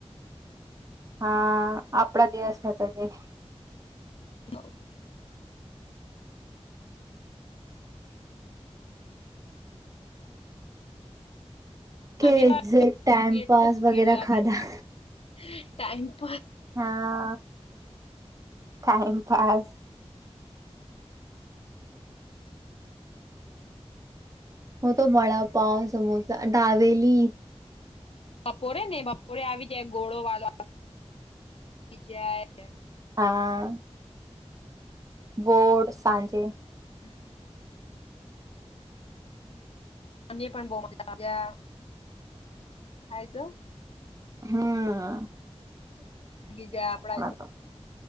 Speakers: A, on the right; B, on the left.
A: હા આપડા દિવસ હતા જે
B: હવ.
A: કે
B: અનિવાર
A: એક્ઝેક્ટ
B: તો
A: ટાઈમપાસ
B: કેટલું
A: વગેરે
B: ભીડ લાગી
A: ખાધા.
B: જાય, ટાઈમપ
A: હા. Time pass. હું તો વડાપાવ, સમોસા, ડાબેલી.
B: બપોરે ને બપોરે આવી જાય ગોળો વાલો આવી જાય.
A: હા. ગોડ સાંજે.
B: હ. અને પણ બઉ મજા થાય તો
A: હમ્મ.
B: બીજા આપડા જ
A: તો.